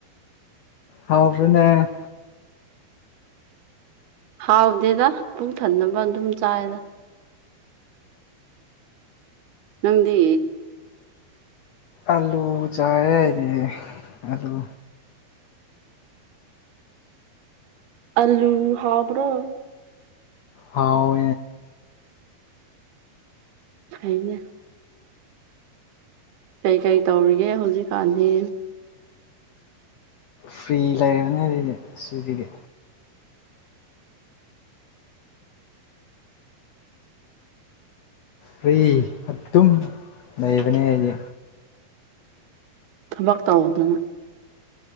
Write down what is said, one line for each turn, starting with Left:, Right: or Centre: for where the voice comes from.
Left: ꯍꯥꯥꯎꯔꯕꯅꯦ
Right: ꯍꯥꯎꯗꯦꯗ ꯄꯨꯡ ꯊꯅꯕ ꯑꯗꯨꯝ ꯆꯥꯏꯗ ꯅꯪꯗꯤ
Left: ꯑꯂꯨ ꯆꯥꯦꯔꯤ ꯑꯂꯨ
Right: ꯑꯜꯂꯨ ꯍꯥꯕ꯭ꯔꯣ
Left: ꯍꯥꯎ
Right: ꯍꯥꯏꯅꯦ ꯀꯩꯀꯩ ꯇꯧꯔꯤꯒꯦ ꯍꯧꯖꯤꯛꯀꯥꯟꯗꯤ
Left: ꯐ꯭ꯔꯤ ꯂꯩꯔꯕꯅꯤ ꯑꯗꯨꯗꯤ ꯁꯤꯗꯤ ꯐꯔꯤ ꯑꯗꯨꯨꯝ ꯂꯩꯕꯅꯦ ꯑꯩꯗꯤ
Right: ꯊꯃꯛ ꯇ ꯍꯗꯅ